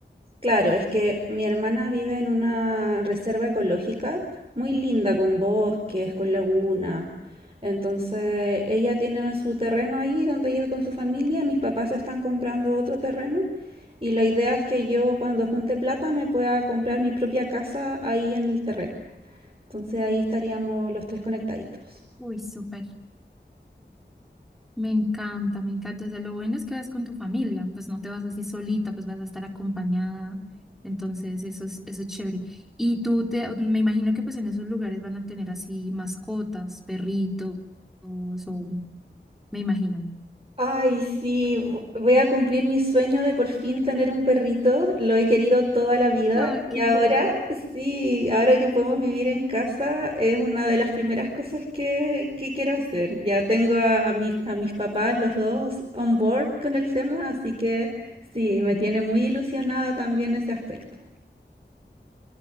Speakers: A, on the right; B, in the centre.
A: Claro, es que mi hermana vive en una reserva ecológica muy linda, con bosques, con laguna. Entonces, ella tiene su terreno ahí donde vive con su familia. Mis papás están comprando otro terreno y la idea es que yo cuando junte plata me pueda comprar mi propia casa ahí en el terreno. Entonces, ahí estaríamos los tres conectaditos.
B: Uy, súper. Me encanta, me encanta. O sea, lo bueno es que vas con tu familia, pues no te vas así solita, pues vas a estar acompañada. Entonces, eso es, eso es chévere. Y tú te, me imagino que pues en esos lugares van a tener así mascotas, perritos, o me imagino.
A: Ay, sí, vo- voy a cumplir mi sueño de por fin tener un perrito. Lo he querido toda la vida
B: Ay,
A: y
B: qué
A: ahora,
B: genial.
A: sí, ahora que podemos vivir en casa es una de las primeras cosas que, que quiero hacer. Ya tengo a, a mi- a mis papás, los dos, on board con el tema, así que sí, me tiene muy ilusionada también ese aspecto.